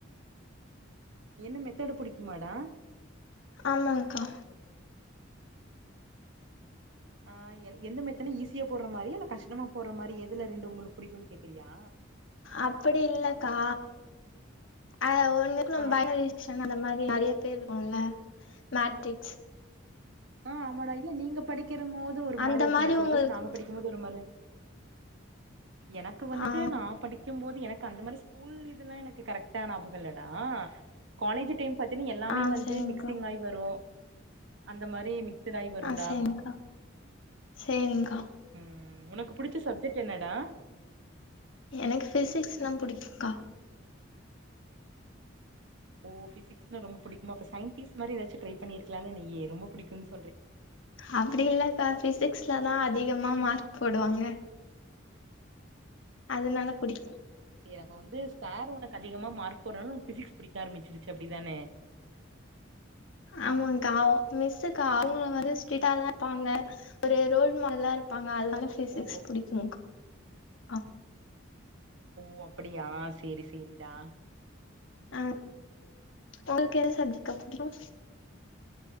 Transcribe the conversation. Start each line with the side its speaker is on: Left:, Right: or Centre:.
Right: என்ன மெத்தேடு புடிக்குமாடா
Left: ஆமாங்க்கா
Right: ஆ எந்த மெத்தென்ன ஈஸியா போட்ற மாறியா இல்ல கஷ்டமா போட்ற மாறி எதுல ரெண்டு உங்ளுக்கு புடிக்குனு கேக்குறியா
Left: அப்டி இல்லக்கா அதுல ஒன்னுக்கூ நம்ம
Right: ஆ
Left: பய்னரேஷன் அந்த மாறி நெறய பேர் இருக்குல்ல மேட்ரிக்ஸ்
Right: ஆ ஆமாடா இல்ல நீங்க படிக்கிறம்மோது ஒரு
Left: அந்த
Right: மாறி இருக்குண்டா
Left: மாரி
Right: சிலபஸ்
Left: உங்களுக்கு
Right: நாங்க படிக்கும்போது ஒரு மாறி எனக்கு வந்துட்டு
Left: ஆ
Right: நா படிக்கும்போது எனக் கு அந்த மாறி ஸ்கூல் இதுல்லா எனக்கு கரெக்டா ஞாபகோ இல்லடா காலேஜ் டைம் பாத்தீனா எல்லாமே
Left: ஆ
Right: வந்து
Left: சரிங்க்கா
Right: மிக்சிங் ஆய் வரு இந்த மாரி மிக்சடாயி வருண்டா
Left: ஆ சரிங்க்கா சரிங்க்கா
Right: ம் உனக்கு புடிச்ச சப்ஜெக்ட் என்னடா
Left: எனக்கு பிசிக்ஸ்லா புடிக்குங்க்கா
Right: ஓ பிசிக்ஸ்னா ரொம்ப பிடிக்குமோ அப்ப சயின்டிஸ் மாறி எதாச்சு ட்ரை பண்ணிர்க்லால நீயி ரொம்ப புடிக்குனு சொ
Left: அப்டி இல்லக்கா பிசிக்ஸ்லதா அதிகமா மார்க் போடுவாங்க அதுனால புடிக்கு
Right: எனக்கு வந்து சார் உனக்கு அதிகமா மார்க் போறனால உனக்கு பிசிக்ஸ் புடிக்க ஆரம்பிச்சிருச்சு அப்டிதான
Left: ஆமாக்கா அ மிஸ்க்கா அவுங்க வந்து ஸ்ட்ரீட்டாதா இருப்பாங்க ஒரு ரோல் மாடலா இருப்பா அ அதனால ஃபிசிக்ஸ்
Right: ஓ
Left: புடிக்குங்க் ஆ
Right: ஓ அப்டியா சேரி சேரிடா
Left: அ ஒங்களுக்கெந்த சப்ஜக்ட்க்கா புடிக்கு